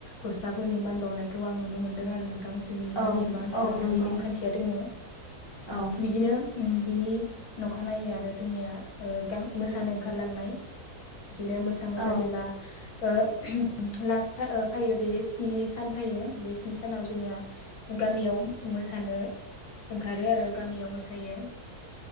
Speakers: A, on the left; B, on the left.
A: गस्लाफोरनि मान बावनायखौ आं नुनो मोनदों आरो नोंथां जोंनि
B: औ
A: गामि बा ओनसोलाव
B: औ नंगौ
A: बिदि नेमखान्थिया
B: औ
A: दोङो
B: औ
A: बिदिनो उम बिनि नखानायनायै आरो जोंनिया आ गा-मोसानो ओंखारलांनाय बिदिनो मोसा मोसा
B: औ
A: जेब्ला ओ <inaudible> लास्ट ओ फैयो बे स्नि सान फैयो बे नि सानाव जोंनिया गामियाव मोसानो ओंखारो आरो गामियाव मोसायो